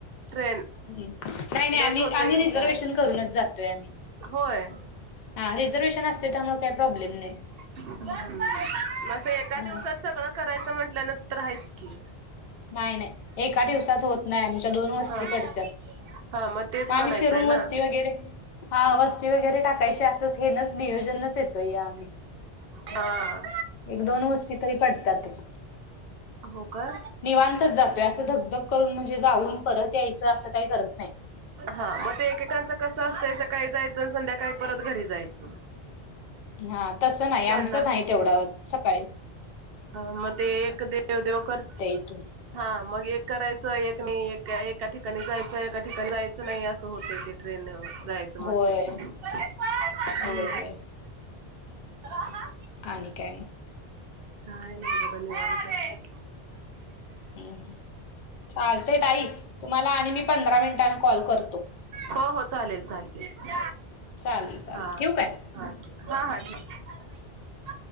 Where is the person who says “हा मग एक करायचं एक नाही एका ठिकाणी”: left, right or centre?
Right